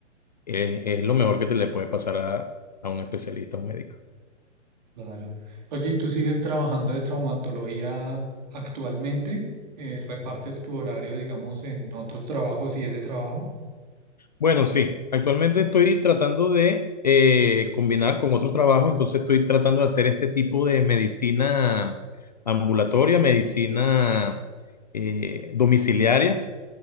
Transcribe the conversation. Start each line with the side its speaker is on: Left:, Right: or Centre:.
Left: es, es lo mejor que te le puede pasar a, a un especialista, a un médico.
Right: Claro. Oye, ¿y tú sigues trabajando de traumatología actualmente? Eh, ¿repartes tu horario, digamos, en otros trabajos y ese trabajo?
Left: Bueno, sí, actualmente estoy tratando de eh, combinar con otro trabajo, entonces estoy tratando de hacer este tipo de medicina ambulatoria, medicina eh, domiciliaria.